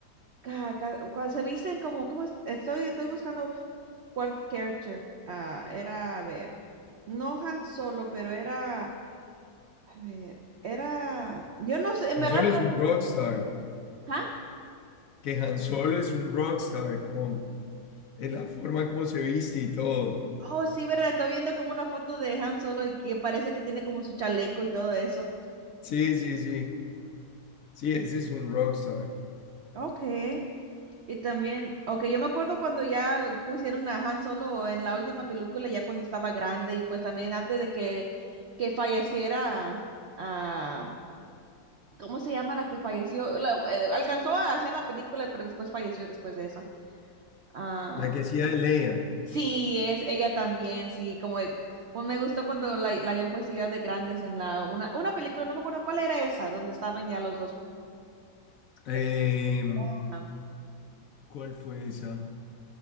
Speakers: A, on the right; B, on the left.
A: ca- ca- cuando se visten como, como es- estoy, estoy buscando cuál character ah, era, a ver, no Han Solo, pero era, a ver, era, yo no sé, en
B: Han
A: verdad,
B: Solo
A: no-
B: es un rockstar,
A: ¿ah?
B: que Han Solo es un rockstar, como en la forma como se viste y todo.
A: Oh, sí, verdad, estoy viendo como una foto de Han Solo y que parece que tiene como su chaleco y todo eso.
B: Sí, sí, sí, sí, ese es un rockstar.
A: Ok, y también, ok, yo me acuerdo cuando ya l- pusieron a Han Solo en la última película, ya cuando estaba grande y pues también antes de que, que falleciera ah, ¿Cómo se llama la que falleció? La- eh, alcanzó a hacer la película, pero después falleció después de esa. Ah,
B: La que hacía de Leia.
A: sí, es ella también, sí, como, de- como me gustó cuando la, la habían puesto ya de grandes en la una, una película, no me acuerdo cuál era esa, donde estaban ya los dos. de-
B: Em,
A: ah,
B: ¿cuál fue esa?